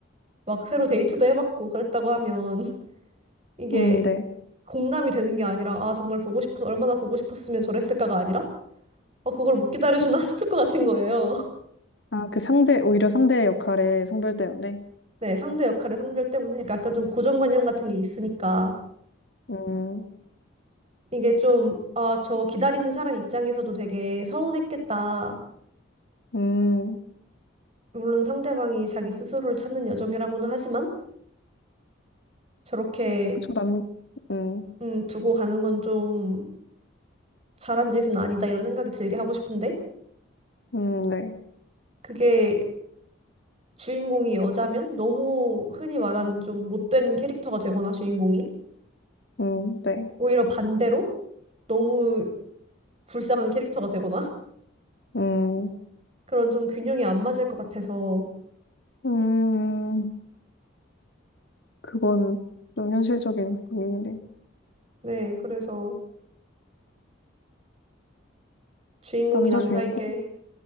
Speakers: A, on the right; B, on the left.
A: 막 새로 데이트도 해봤고 그랬다고 하면 <laughs> 이게
B: 음, 네.
A: 공감이 되는 게 아니라 아 정말 보고 싶어 얼마나 보고 싶었으면 저랬을까가 아니라 어 그걸 못 기다려주나 <laughs> 싶을 것 같은 거예요.
B: 아, 그 상대, 오히려 상대의 역할의 성별 때문에.
A: <laughs> 네 상대 역할의 성별 때문에 약간 좀 고정관념 같은 게 있으니까
B: 음,
A: 이게 좀, 아, 저 기다리는 사람 입장에서도 되게 서운했겠다.
B: 음,
A: 물론 상대방이 자기 스스로를 찾는 여정이라고는 하지만 저렇게
B: 그쵸, 남, 음,
A: 음, 두고 가는 건 좀 잘한 짓은 아니다 이런 생각이 들게 하고 싶은데
B: 음, 네,
A: 그게 주인공이 여자면 너무 흔히 말하는 좀 못된 캐릭터가 되거나 주인공이
B: 음, 네,
A: 오히려 반대로 너무 불쌍한 캐릭터가 되거나
B: 음,
A: 그런 좀 균형이 안 맞을 것 같아서
B: 음. 그건 좀 현실적인 고민이네.
A: 네, 그래서 주인공이
B: 남자
A: 남자인
B: 주인공?
A: 게